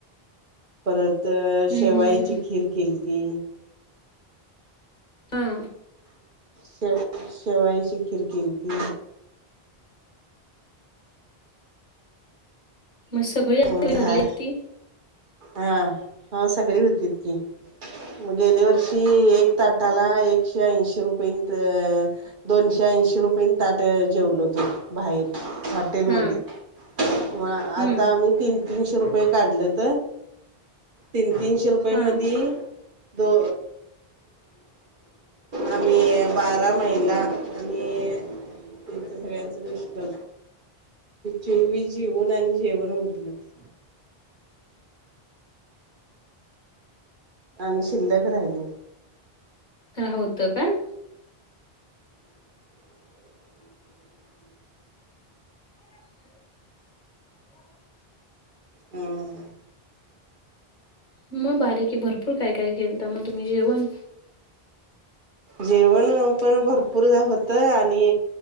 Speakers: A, on the right (about 55°); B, on the left (about 50°).
A: परत
B: हम्म
A: शेवयाची
B: हम्म हम्म
A: खीर केलती.
B: हा.
A: शेव शेवायची खिर केलती.
B: मग सगळी <unintelligible>
A: अ झा
B: हारलेत ती.
A: हा हो सगळी होतीत की. मग गेली वर्षी एक ताटाला एकशे ऐंशी रुपय होत. दोनशे ऐंशी रुपय ताट जेवलो होत बाहेर. हाटेल
B: हा
A: मध्ये मग
B: हम्म
A: आता आम्ही तीन-तीनशे रुपये काढलत. तीन-तीनशे रुपये
B: हा
A: मधी दो आम्ही बारा महिला आणि त्यांचं सगळ्यांच मिस्टर जेउन आणि जेवण उरलत.
B: <inaudible>
A: आणि शिल्लक राहिले.
B: होतं काय. <inaudible>
A: हं.
B: मग भारी की भरपूर काय काय केलता मग तुम्ही जेवण.
A: जेवण पण भरपूर झा होत आणि